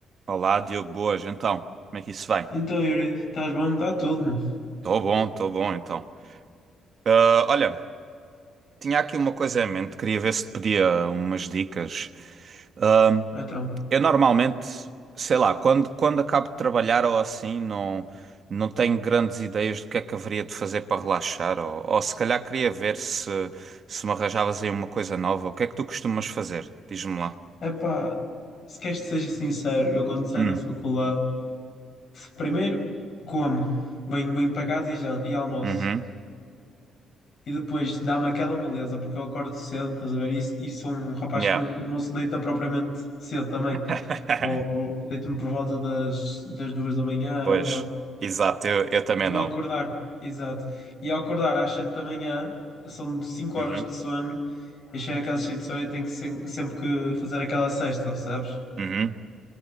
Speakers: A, on the right; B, on the left.
A: Olá, Diogo, boas. Então, como é que isso vai?
B: Então, Yuri, estás bom? Está tudo, mano.
A: Estou bom, estou bom, então. Ah, olha, tinha aqui uma coisa em mente, queria ver se te pedia umas dicas. Ah,
B: Então,
A: eu normalmente, sei lá, quando, quando acabo de trabalhar ou assim, não, não tenho grandes ideias do que é que haveria de fazer para relaxar, ou, ou se calhar queria ver se, se me arranjavas aí uma coisa nova. O que é que tu costumas fazer? Diz-me lá.
B: epá, se queres que seja sincero, eu quando saio
A: Hum,
B: da faculdade, primeiro como, venho, venho para casa e, já, e almoço.
A: uhum,
B: E depois dá-me aquela moleza, porque eu acordo cedo, estás a ver? E, e sou um rapaz
A: yeah.
B: que não, não se deita propriamente cedo também.
A: <laughs>
B: Pro- pro- Deito-me por volta das, das duas da manhã,
A: Pois,
B: a uma.
A: exato, eu, eu também
B: E eu
A: não.
B: acordar, exato. E eu acordar às 7 da manhã, são cinco
A: Uhum.
B: horas de sono, eu chego a casa cheio de sono e tenho que sem- sempre, que fazer aquela cesta, sabes?
A: Uhum.